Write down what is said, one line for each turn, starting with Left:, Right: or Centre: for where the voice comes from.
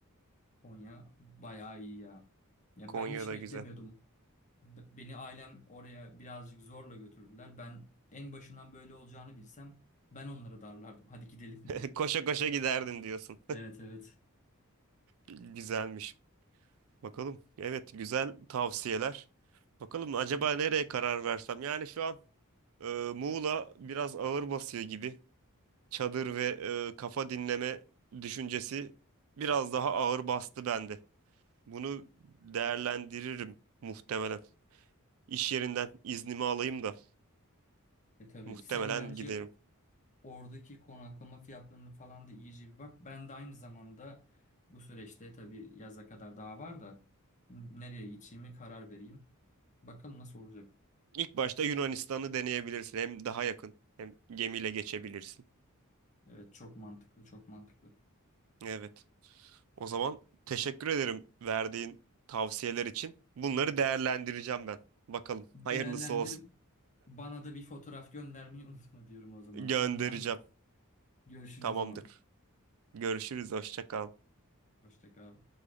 Left: Konya bayağı iyi ya. Ya
Right: Konya'da
Left: ben hiç beklemiyordum.
Right: güzel.
Left: B- Beni ailem oraya birazcık zorla götürdüler. Ben en başından böyle olacağını bilsem ben onları darlardım. Hadi gidelim
Right: <laughs>
Left: diye.
Right: Koşa koşa giderdim diyorsun.
Left: Evet evet.
Right: Güzelmiş. Bakalım. Evet, güzel tavsiyeler. Bakalım acaba nereye karar versem? Yani şu an e, Muğla biraz ağır basıyor gibi. Çadır ve e, kafa dinleme düşüncesi biraz daha ağır bastı bende. Bunu değerlendiririm muhtemelen. İş yerinden iznimi alayım da
Left: E tabii
Right: muhtemelen
Left: sen bence
Right: giderim.
Left: oradaki konaklama fiyatlarını falan da iyice bir bak. Ben de aynı zamanda bu süreçte tabii yaza kadar daha var da nereye gideceğimi karar vereyim. Bakalım nasıl olacak.
Right: İlk başta Yunanistan'ı deneyebilirsin. Hem daha yakın hem gemiyle geçebilirsin.
Left: Evet çok mantıklı çok mantıklı.
Right: Evet. O zaman teşekkür ederim verdiğin tavsiyeler için. Bunları değerlendireceğim ben. Bakalım
Left: Değerlendir
Right: hayırlısı olsun.
Left: bana da bir fotoğraf göndermeyi unutma diyorum o zaman. Şimdiden
Right: Göndereceğim.
Left: görüşürüz
Right: Tamamdır.
Left: o zaman.
Right: Görüşürüz. Hoşça kal.
Left: Hoşça kal.